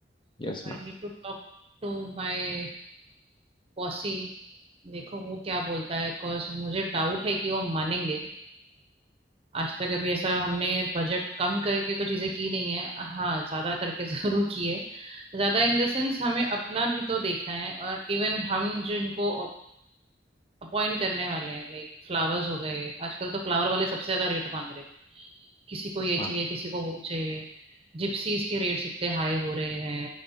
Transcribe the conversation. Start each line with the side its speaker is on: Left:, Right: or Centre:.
Left: हैं Yes ma'am
Right: I need to talk to my posse देखो वो क्या बोलता है बिकॉज मुझे डाउट है कि वो मानेंगे आज तक अभी ऐसा हमने बजट कम करके तो चीजें की नहीं है हाँ ज्यादा करके <laughs> जरूर की है ज्यादा इन द सेंस हमें अपना भी तो देखना है और इवन हम जिनको अपॉइंट करने वाले हैं लाइक फ्लावर्स हो गए आजकल तो फ्लावर वाले सबसे ज्यादा रेट मांग रहे हैं किसी को
Left: Yes
Right: ये
Left: ma'am
Right: चाहिए किसी को वो चाहिए जिप्सीज के रेट्स इतने हाई हो रहे हैं